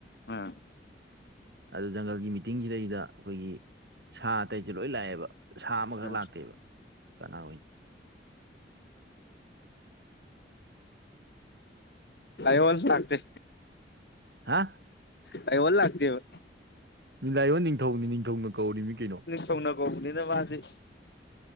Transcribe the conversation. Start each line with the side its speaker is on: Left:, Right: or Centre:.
Left: ꯑꯥ
Right: ꯑꯗꯨ ꯖꯪꯒꯜꯒꯤ ꯃꯤꯇꯤꯡꯁꯤꯗꯩꯗ ꯑꯩꯈꯣꯏꯒꯤ ꯁꯥ ꯑꯇꯩꯁꯦ ꯂꯣꯏ ꯂꯥꯛꯑꯦꯕ ꯁꯥ ꯑꯃꯈꯛ
Left: ꯑ
Right: ꯂꯥꯛꯇꯦꯕ ꯀꯅꯥ ꯑꯣꯏꯅꯤ ꯇꯥꯗꯔꯦ <inaudible>
Left: ꯂꯥꯢꯑꯣꯟꯁꯨ ꯂꯥꯛꯇꯦ
Right: ꯍꯥ
Left: ꯂꯥꯢꯑꯣꯟ ꯂꯥꯛꯇꯦꯕ
Right: ꯂꯥꯢꯑꯣꯟ ꯅꯤꯡꯊꯧꯅꯤ ꯅꯤꯡꯊꯧꯅ ꯀꯧꯔꯤꯃꯤ ꯀꯩꯅꯣ
Left: ꯅꯤꯡꯊꯥꯅꯥ ꯀꯧꯕꯅꯤꯅꯥ ꯃꯥꯗꯤ